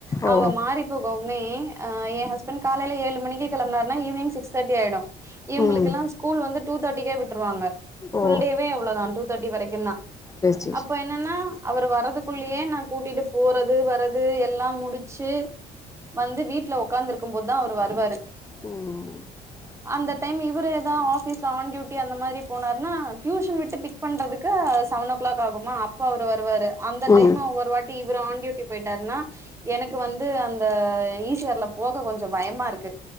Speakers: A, on the left; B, on the right.
A: ஓ
B: அவுங்க மாறிப் போகவுமே எ ஹஸ்பண்ட் காலேல ஏழு மணிக்கு கிளம்பனாருனா ஈவ்னிங் சிக்ஸ் தார்ட்டி ஆயிடு இவங்களுக்கெலா
A: ம்
B: ஸ்கூல் வந்து டூ தேட்டிக்கே விட்டுருவாங்க ஃபுல்
A: ஓ
B: டேவே அவ்ளோதா டூ தேட்டி வரைக்குதா
A: சேரி சேரி
B: அப்ப
A: சேரி
B: என் என்னன்னா அவர் வரதுக்குள்ளயே நா கூட்டிட்டு போறது வர்றது எல்லா முடிச்சு வந்து வீட்ல உக்காந்துருக்கும் போதுதா அவரு வருவாரு
A: ம்
B: அந்த டைம் இவரு ஏதா ஆஃபீஸ்ல ஆன் டியூட்டி அந்த மாரி போனாருனா டியூஷன் விட்டு பிக் க் பண்றதுக்கு செவன் ஓ கிளாக் ஆகுமா அப்ப அவரு வருவாரு அந்த டைம்
A: ம்
B: ஒவ்வொரு வாட் <unintelligible> இவரு ஆண் டியூட்டி போயிட்டாருன்னா எனக்கு வந்து அந்த ஈஷேர்ல போக கொஞ்ச பயமா இருக்கு